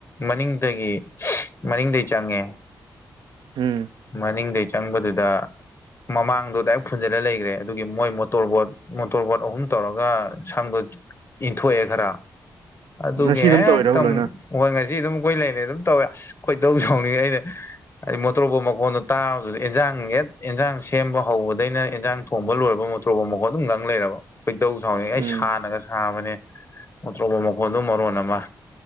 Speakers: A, on the left; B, on the right.
A: ꯃꯅꯤꯡꯗꯒꯤ ꯃꯅꯤꯡꯗꯒꯤ ꯆꯪꯉꯦ
B: ꯎꯝ
A: ꯃꯅꯤꯡꯗꯩ ꯆꯪꯕꯗꯨꯗ ꯃꯃꯥꯡꯗꯨꯗ ꯐꯨꯟꯖꯜꯂ ꯂꯩꯈ꯭ꯔꯦ ꯑꯗꯨꯒꯤ ꯃꯣꯏ ꯃꯣꯇꯣꯔꯕꯣꯠ ꯃꯣꯇꯣꯔꯕꯣꯠ ꯑꯍꯨꯝ ꯇꯧꯔꯒ ꯁꯪꯗꯣ ꯏꯟꯊꯣꯛꯑꯦ ꯈꯔ ꯑꯗꯨꯒꯤ
B: ꯉꯁꯤ ꯑꯗꯨꯝ
A: ꯍꯦꯛꯇ
B: ꯇꯧꯋꯤꯔꯕ ꯂꯣꯏꯅ
A: ꯍꯣꯏ ꯉꯁꯤ ꯑꯗꯨꯝ ꯀꯣꯏ ꯂꯩꯅꯤ ꯑꯗꯨꯝ ꯇꯧꯋꯦ ꯀꯣꯏꯗꯧꯁꯨ ꯁꯥꯎꯅꯤꯡꯉꯦ ꯑꯩꯅ ꯍꯥꯏꯗꯤ ꯃꯣꯇꯣꯔꯣꯕ ꯑꯩꯉꯣꯟꯗ ꯇꯥꯕꯗꯨꯗꯤ ꯏꯟꯖꯥꯡ ꯍꯠ ꯏꯟꯖꯥꯡ ꯁꯦꯝꯕ ꯍꯧꯕꯗꯩꯅ ꯏꯟꯖꯥꯡ ꯊꯣꯡꯕ ꯂꯣꯏꯔꯕ ꯃꯇꯨꯡ ꯄ꯭ꯔꯣꯕꯝ ꯃꯈ ꯑꯗꯨꯝꯒꯥꯡ ꯂꯩꯔꯕ ꯈꯣꯏꯗꯧ ꯊꯥꯎꯅꯤ ꯑꯩ
B: ꯎꯝ
A: ꯁꯥꯅꯒ ꯁꯥꯕꯅꯦ ꯑꯇ꯭ꯔꯣꯕ ꯃꯈꯣꯟꯗꯨꯣ ꯃꯔꯣꯟ ꯑꯃ